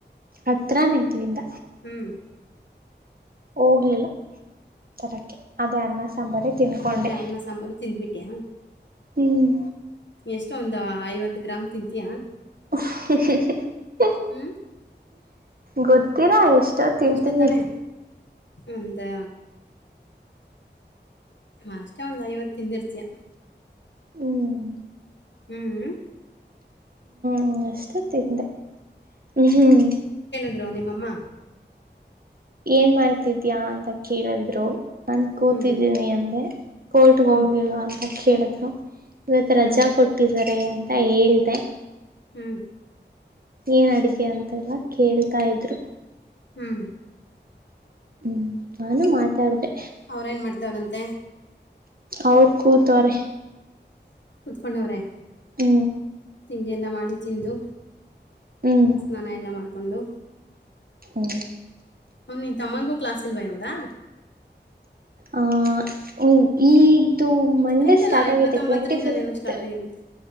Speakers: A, on the right; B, on the left.
A: ಹತ್ರಾನ ಇಡ್ಲಿಂದ
B: ಹ್ಮ್
A: ಹೋಗ್ಲಿಲ್ಲ ತರಕ್ಕೆ ಅದೇ ಅನ್ನ ಸಾಂಬಾರೆ ತಿನ್ಕೊಂಡೆ
B: ಅದೇ ಅನ್ನ ಸಂಂಬಲು ತಿಿಂದಬಿಟಿ
A: ಹ್ಮ್
B: ಎಷ್ಟ ಒಂದ್ ಐವತ್ತು ಗ್ರಾಮ್ ತಿಂತಯಾ
A: ಹ <unintelligible>
B: ಹ್ಮ್
A: ಗೊ ತ್ತೀರಾ ಎಷ್ಟ ತಿಂತೀನಿ
B: ಅಷ್ಟೇ ತಾನೇ ಒಂದು ಅಷ್ಟೆ ಒಂದ್ ಐವತ್ತಿಂದಿರ್ತಿಯ
A: ಹ್ಮ್
B: ಹ್ಮ್್ಮ
A: ಹ್ಮ ಅಷ್ಟು ತಿಂದೆ ಹ್ಮ್ ಹ್ಮ್
B: ದ್ರು ನಿಮ್ಮಮ್ಮ
A: ಏನ್ ಮಾಡ್ತಿದ್ಯಾ ಅಂತ ಕೇಳಿದ್ರು ನನ್ ಕೂತಿದ್ದೀನಿ
B: ಹ್ಮ್
A: ಅಂದೆ ಕೋರ್ಟ್ಗೆ
B: ಹ್ಮ್
A: ಹೋಗಿಲ್ವ ಅಂತ ಕೇಳಿದ್ರು ಇವತ್ತು ರಜಾ
B: ಹ್ಮ್
A: ಕೊಟ್ಟಿದ್ದಾರೆ ಅನ್ ಅಂತ ಹೇಳ್ತೆ
B: ಹ್ಮ್
A: ಏನ್ ಅಡಗೆ ಅಂತೆಲ್ಲ ಕೇಳ್ತಾ ಇದ್ರು
B: ಹ್ಮ್
A: ಹ್ಮ್ ನಾನು ಮಾತಾಡ್ದ
B: ಅವ್ರೇನ್ ಮಾಡ್ತವ್ರಂತೆ
A: ಅವರು ಕೂತವ್ರೆ
B: ಉತ್ಕೊಂಡ ಅವ್ರೇ
A: ಹ್ಮ
B: ತಿಂಡಿಯಲ್ಲ ಮಾಡಿ ತಿಂದು
A: ಹ್ಮ್
B: ಸ್ನಾನ ಎಲ್ಲ ಮಾಡ್ ಕೊಂಡು
A: ಹ್ಮ
B: ನಿನ್ ತಮ್ಮಂಗು ಕ್ಲಾಸಿಲ್ವಾ ಇವಾಗ
A: ಆ ಹೂ ಈ ಇದು ಮಂಡೇ
B: ಆಯ್ತಲ್ಲ
A: ಸ್ಟಾರ್ಟ್ ಆಗಿದೆ
B: ಇಪ್ಪತ್ತೊಂಬತ್ತರಿಂದನೇನೋ
A: ಟ್ವೆಂಟಿ ಫಿಫ್ತ್
B: ಸ್ಟಾರ್ಟ್ ಆಗಿರ್ಬೇಕು